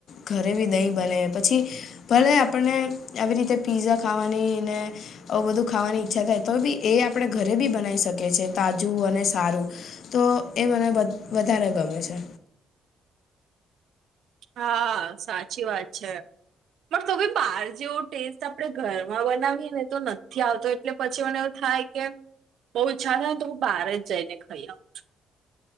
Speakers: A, on the left; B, on the right.
A: ઘરે બી દહીં બને પછી. ભલે આપણને આવી રીતે પીઝા ખાવાની ને. બધું ખાવાની ઈચ્છા થાય તો બી એ આપણે ઘરે બી બનાવી શકીએ છેએ તાજું અને સારું. તો એ મને બ વધારે ગમે છે.
B: હા હા સાચી વાત છે. પણ તો બી બહાર જેવો ટેસ્ટ આપણે ઘરમાં બનાવીએ ને તો નથી આવતો એટલે પછી મને એવું થાય કે બઉજ ઈચ્છા થય ને તો હું બારેજ જઈને ખાઈ આવું.